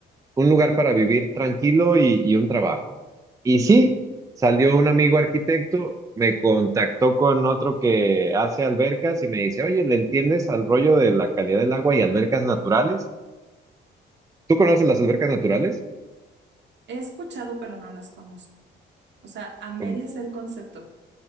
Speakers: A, on the right; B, on the right.
A: un lugar para vivir tranquilo y, y un trabajo. Y
B: Ujú.
A: sí, salió un amigo arquitecto, me contactó con otro que hace albercas y me dice, oye, ¿le entiendes al rollo de la calidad del agua y albercas naturales? ¿Tú conoces las albercas naturales?
B: He escuchado, pero no las conozco. O sea, a medias
A: Como-
B: el concepto.